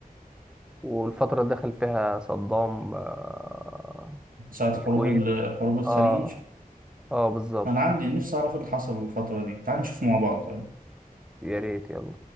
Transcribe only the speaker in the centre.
والفتره اللي دخل فيها صدام آه،
الكويت
اه اه بالظبط
يا ريت يلا